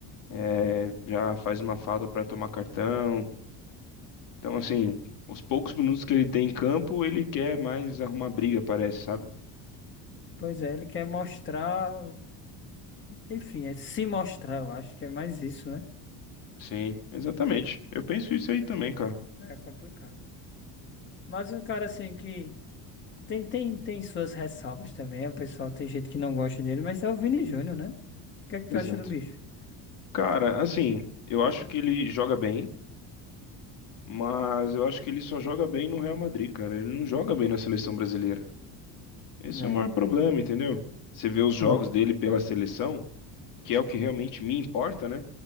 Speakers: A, on the left; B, on the left.
A: é, já faz uma falta pra tomar cartão. Então, assim, os poucos minutos que ele tem em campo, ele quer mais arrumar briga, parece, sabe?
B: Pois é, ele quer mostrar. Enfim, é se mostrar, eu acho que é mais isso, né?
A: Sim, exatamente. Eu penso isso aí também, cara.
B: É complicado. Mas um cara assim que tem, tem, tem suas ressalvas também. O pessoal tem gente que não gosta dele, mas é o Vini Júnior, né? O que é que tu
A: Exato.
B: acha do bicho?
A: Cara, assim, eu acho que ele joga bem, mas eu acho que ele só joga bem no Real Madrid, cara. Ele não joga bem na seleção brasileira.
B: Né,
A: Esse é o maior problema, entendeu? Você vê os jogos
B: né.
A: dele pela seleção, que é o que realmente me importa, né?